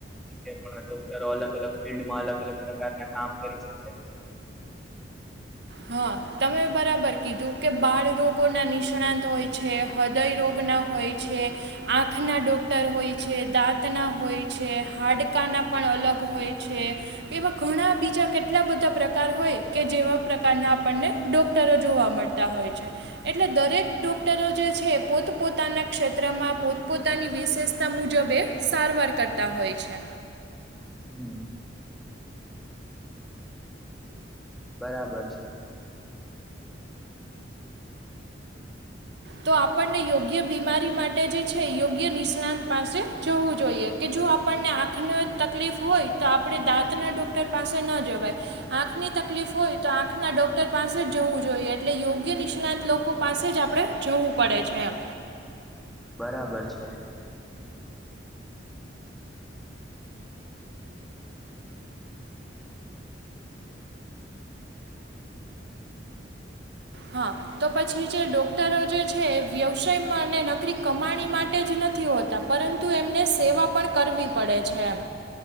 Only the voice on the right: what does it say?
હા તમે બરાબર કીધું કે બાળરોગોના નિષ્ણાત હોય છે હૃદય રોગના હોય, છે. આંખના ડોક્ટર હોય છે દાંતના હોય છે હાડકાના પણ અલગ હોય છે. એવા ઘણા બીજા કેટલા બધા પ્રકાર હોય કે જેવાપ્રકાર, પ્રકારના આપણને ડોક્ટરો જોવા મળતા હોય છે. એટલે દરેક ડોક્ટરો જે છે પોતપોતાના ક્ષેત્રમાંપોત પોતે, પોતાની વિશેષતા મુજબ એ સારવાર કરતા હોય છે.
તો આપણને યોગ્ય બીમારી માટે જે છે, એ યોગ્ય નિષ્ણાંત પાસે જવું જોઈએ. કે જો આપણને આંખનો તકલીફ હોય તો આપણે દાંતના ડૉક્ટર પાસે ન જવાય. આંખની તકલીફ હોય તો આંખના ડૉક્ટર પાસે જ જવું જોઈએ. એટલે યોગ્ય નિષ્ણાંત લોકો પાસે જ આપણે જવું પડે છે એમ.
હા. તો પછી જે ડૉક્ટરો જે છે એ વ્યવસાયમાં અને નકરી કમાણી માટે જ નથી હોતા. પરંતુ એમને સેવા પણ કરવી પડે છે એમ.